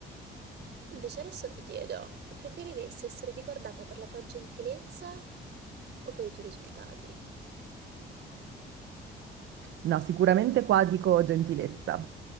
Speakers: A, on the right (about 60°); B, on the right (about 75°).
A: Invece adesso ti chiedo, preferiresti essere ricordata per la tua gentilezza o per i tuoi risultati?
B: No, sicuramente qua dico gentilezza,